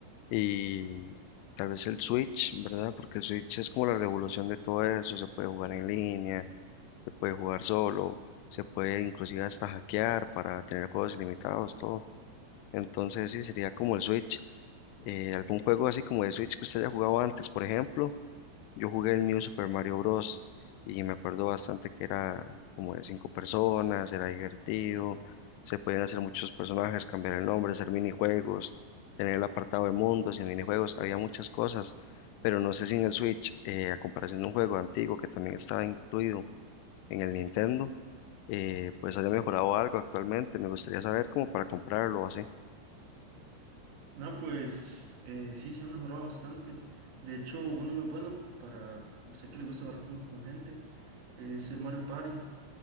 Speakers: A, on the left; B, on the right.
A: y tal vez el Switch, ¿verdad? Porque el Switch es como la revolución de todo eso, se puede jugar en línea, se puede jugar solo, se puede inclusive hasta hackear para tener juegos ilimitados, todo. Entonces sí, sería como el Switch. Eh, algún juego así como de Switch que usted haya jugado antes, por ejemplo. Yo jugué el New Super Mario Bros. y me acuerdo bastante que era como de cinco personas, era divertido, se podían hacer muchos personajes, cambiar el nombre, hacer minijuegos, tener el apartado de mundos y minijuegos, había muchas cosas, pero no sé si en el Switch, eh, a comparación de un juego antiguo que también estaba incluido en el Nintendo, eh, pues haya mejorado algo actualmente, me gustaría saber como para comprarlo o así.
B: No, pues eh, sí, se ha mejorado bastante. De hecho, uno muy bueno para usted que le gusta jugar con, con gente es el Mario Party,